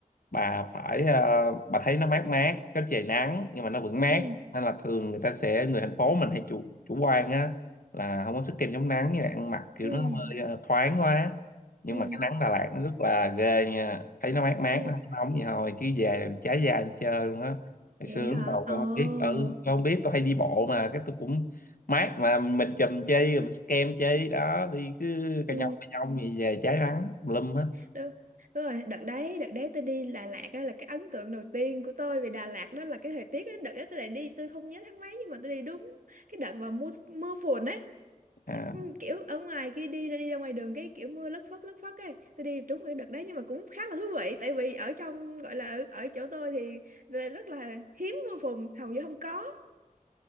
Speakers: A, on the left; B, on the right.
A: bà phải ờ, bà thấy nó mát mát có trời nắng nhưng mà nó vẫn mát
B: ừ
A: nên là thường người ta sẽ người thành phố mình hay chủ chủ quan á là không có sức kem chống nắng như là ăn mặc kiểu
B: ừ
A: nó hơi ờ, thoáng quá nhưng
B: ừ
A: mà cái nắng Đà Lạt nó rất là ghê nha thấy nó mát mát
B: Nên-
A: nó không nóng gì thôi cứ về là bị cháy da đi chơi luôn á ngày
B: Vậy
A: xưa
B: hả?
A: lúc đầu
B: Ồ.
A: tôi không biết ừ, tôi không biết tôi hay đi bộ mà cái tôi cũng mát mà mình chùm chi mình sức kem chi đó đi cứ
B: Ừ.
A: cà nhông cà nhông gì về cháy nắng lum
B: Đúng, đúng rồi, đợt đấy, đợt đấy tôi đi Đà Lạt đó là cái ấn tượng đầu tiên của tôi về Đà Lạt đó là cái thời tiết đó. Đợt đó tôi lại đi, tôi không nhớ tháng mấy nhưng mà tôi đi đúng cái đợt mà mưa mưa phùn ấy.
A: hết
B: Ừ, kiểu ở ngoài kia đi ra đi ra ngoài đường cái kiểu mưa lất phất lất phất ấy tôi đi trúng cái đợt đấy nhưng mà cũng khá là thú vị tại vì ở trong gọi là ở, ở chỗ tôi thì rất là hiếm mưa phùn hầu như không có